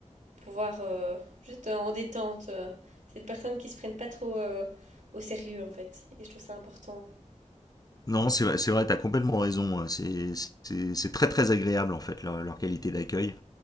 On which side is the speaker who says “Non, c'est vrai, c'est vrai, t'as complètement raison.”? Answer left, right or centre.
Left